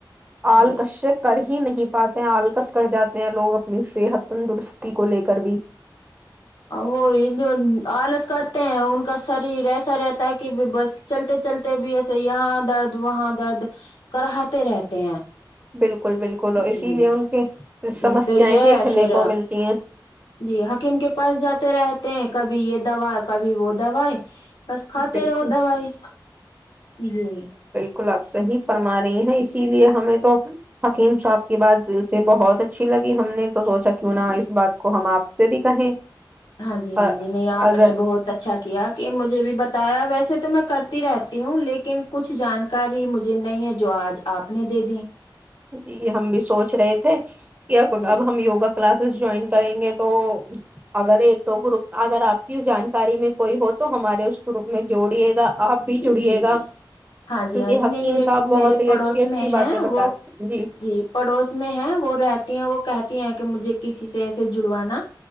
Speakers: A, on the right; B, on the left.
A: آل
B: جی
A: کش کر ہی ہی نہیں پاتے ہیں آلکس کر جاتے ہیں لوگ اپنی صحت تندرستی کو لے کے کر بھی
B: وہ جو آلس کرتے ہیں ان کا شریر ایسا رہتا ہے کہ بس چلتے چلتے بھی ایسے یہاں درد وہاں درد کراتے رہتے ہیں
A: بالکل بالکل اور اسی
B: جی
A: لیے ان
B: ج
A: کی سمسیایں
B: تو یہ
A: دیکھنے
B: پھر
A: کو ملتی ہیں
B: جی حکیم کے پاس جاتے رہتے ہیں کبھی یہ دوا کبھی وہ دو بس کھاتے
A: بالکل
B: رہو دوائی جی
A: کلب صحی فرما رہی ہیں اسی لیے ہمیں تو حکیم صاحب کی بات دل سے بہت اچھی لگی ہم نے تو سوچا کیوں
B: ہاں
A: نہا
B: جی
A: اس بات کو ہم آپ سے بھی کہیں
B: ہاں جی
A: اور
B: ہاں جی نہیں آپ
A: اگر
B: نے بہت اچھا اچھا کیا کہ مجھے بھی بتایا ویسے تو میں کرتی رہتی ہوں لیکن کچھ جانکاری مجھے نہیں ہے جو آج آپ نے دے دییں
A: جی ہم بھی سوچ رہے تھے کہ اب
B: جی
A: اب ہم یوگا کلاسز جوائن کریں گے تو اگر ایک تو گروپ اگر آپ کی جانکاری میں کوئی ہو تو ہمارے اس گروپ میں جوڑیے گا آپ بھی جڑیے
B: جی
A: گا
B: جی ہاں جی
A: کیونکہ
B: ہاں جی
A: حکیم
B: نہیں یہ
A: صاحب بہت
B: میرے
A: ہی
B: پڑوس
A: اچھی اچھی
B: میں
A: باتیں
B: ہے
A: بتاتے
B: وہ
A: ہیں۔
B: جی پڑوس میں ہے وہ رہتی ہیں وہ کہتے ہیں کہ مجھے کسی سے ایسے جڑوانا